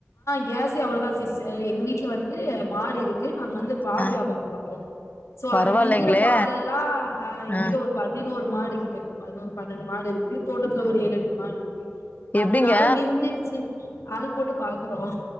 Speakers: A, on the left; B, on the left.
A: கேஸ் எவ்ளோதான் சிஸ்டர் எங்க வீட்ல வந்து மாடு இருக்கு அங்க வந்து பால்
B: ஆ.
A: வியாபாரம் பாப்போம் சோ
B: பரவாயில்லைங்களே!
A: அது மிஞ்சுற பால் எல்லா எங்க
B: ஆ.
A: வீட்ல ஒரு பதினொரு மாடு கிட்ட இருக்கு பதினொரு பன்ரெண்டு மாடு இருக்கு தோட்டத்துல ஒரு ஏழு எட்டு மாடு இருக்கு
B: எப்படிங்க?
A: அதனால மிஞ்சிருச்சு ஆள் போட்டு பாக்குறோம்